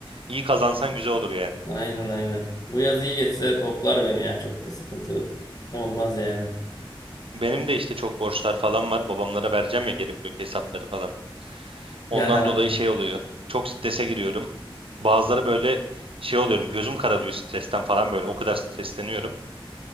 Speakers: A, on the right; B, on the left.
A: iyi kazansan güzel olur yani.
B: Aynen aynen. Bu yaz iyi geçse toplar beni ya. Çok da sıkıntı olmaz yani. <laughs>
A: Benim de işte çok borçlar falan var. Babamlara vereceğim ya geri blok hesapları falan. Ondan
B: Ya,
A: dolayı şey oluyor. Çok strese giriyorum. Bazıları böyle şey oluyorum. Gözüm kararıyor stresten falan böyle. O kadar stresleniyorum.